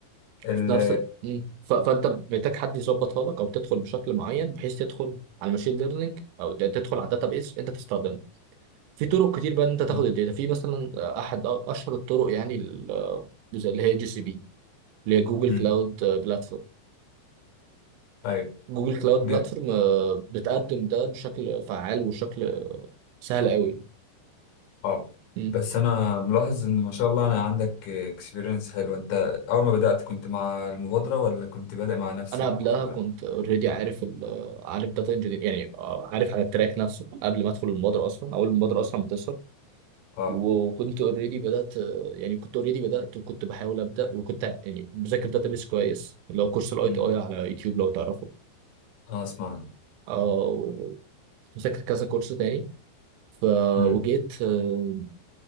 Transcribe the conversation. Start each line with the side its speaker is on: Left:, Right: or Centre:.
Left: ال
Right: في نفس ال... مم. ف... فانت محتاج حد يظبطها لك او تدخل بشكل معين بحيث تدخل على الماشين ليرنينج او ت- تدخل على الداتا بيس انت تستخدمها في طرق كتير بقى ان انت تاخد
Left: آه،
Right: الداتا في مثلا احد اشهر الطرق يعني ال- اللي هي جي سي بي لجوجل
Left: امم
Right: كلاود بلاتفورم
Left: ايوه
Right: جوجل كلاود بلاتفورم
Left: جا-
Right: آه، بتقدم ده بشكل فعال وشكل سهل قوي
Left: اه
Right: مم.
Left: بس انا ملاحظ ان ما شاء الله انا عندك اكسبيرينس حلو انت اول ما بدأت كنت مع المبادرة ولا كنت بادئ مع نفسك
Right: انا قبلها
Left: ولا
Right: كنت اوريدي عارف ال- آه، عارف داتا انجينير يعني آه، عارف على التراك نفسه قبل ما ادخل المبادره اصلا اول المبادره اصلا ما تظهر
Left: اه
Right: وكنت اوريدي بدات آه، يعني كنت اوريدي بدات وكنت بحاول ابدا وكنت يعني بذاكر داتابيس كويس اللي هو كورس الاي
Left: امم
Right: تي اي على يوتيوب لو تعرفه
Left: اه اسمع
Right: اه وكنت بذاكر كذا كورس تاني ف
Left: امم
Right: وجيت آه،